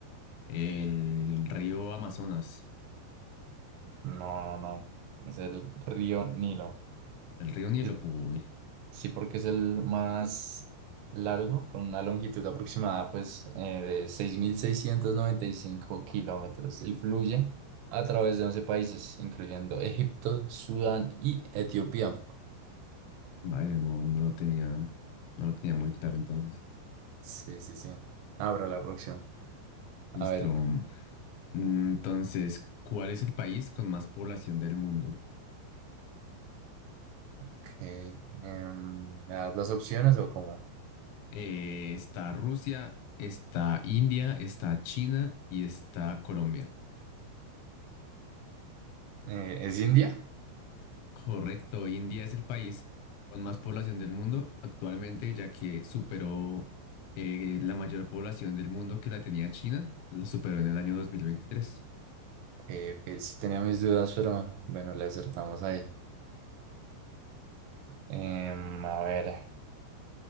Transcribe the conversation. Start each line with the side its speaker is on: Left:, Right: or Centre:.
Left: el río Amazonas.
Right: No, no, no. Es el río Nilo.
Left: ¿El río Nilo?
Right: Eh,
Left: Uy,
Right: Sí, porque es el más largo, con una longitud aproximada pues, eh, de 6.695 kilómetros y fluye a través de 11 países, incluyendo Egipto, Sudán y Etiopía.
Left: vaya, no, no lo tenía, no lo tenía muy claro entonces.
Right: Sí, sí, sí. Abra la próxima. A
Left: Listo.
Right: ver,
Left: Mm, Entonces, ¿cuál es el país con más población del mundo?
Right: ¿qué, em, ¿me das las opciones o cómo?
Left: Eh, está Rusia, está India, está China y está Colombia.
Right: Eh, ¿es India?
Left: Correcto, India es el país con más población del mundo actualmente, ya que superó eh, la mayor población del mundo que la tenía China, la superó en el año dos mil veintitrés.
Right: Eh, que sí tenía mis dudas, pero bueno, le acertamos ahí. Em, a ver.